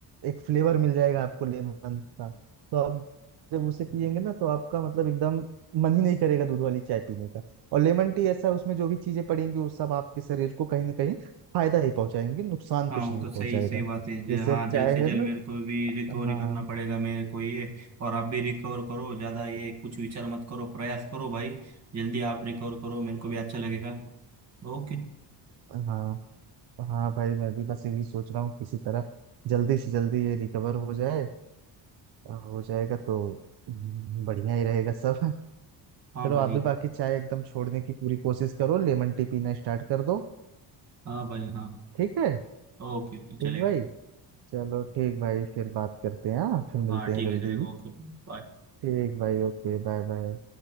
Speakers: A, on the right; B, on the right.
A: एक फ्लेवर मिल जाएगा आपको लेमन का तो आप जब उसे पियेंगे ना तो आपका मतलब एकदम मन ही नहीं करेगा दूध वाली चाय पीने का और लेमन टी ऐसा है, उसमें जो भी चीजें पड़ेंगी वो सब आपके शरीर को कहीं ना कहीं फायदा ही पहुंचाएंगे नुकसान
B: हाँ
A: कुछ
B: वो
A: नहीं
B: तो
A: पहुंचाएगा
B: सही सही बात है जे-
A: जैसे
B: हाँ
A: अब
B: जल्द
A: चाय
B: से जल्द
A: है ना
B: मेरे को भी रिकवरी
A: हाँ
B: करना पड़ेगा मेरे को ये और आप भी रिकवर करो ज़्यादा ये कुछ विचार मत करो प्रयास करो भाई जल्दी आप रिकवर करो मेरे को भी अच्छा लगेगा ओके
A: हाँ हाँ भाई मैं भी बस यही सोच रहा हूँ किसी तरह जल्दी से जल्दी ये रिकवर हो जाए और हो जाएगा तो बढ़िया ही रहेगा सब
B: हाँ
A: चलो
B: भाई
A: आप भी बाकी चाय एकदम छोड़ने की पूरी कोशिश करो लेमन टी पीना स्टार्ट कर दो
B: हाँ भाई हाँ
A: ठीक है
B: ओके
A: ठीक
B: ओके चलेगा
A: भाई चलो ठीक भाई फिर बात करते हैं हाँ फिर मिलते
B: हाँ ठीक
A: हैं जल्दी
B: है चलेगा Okay bye
A: ठीक भाई ओके बाय बाय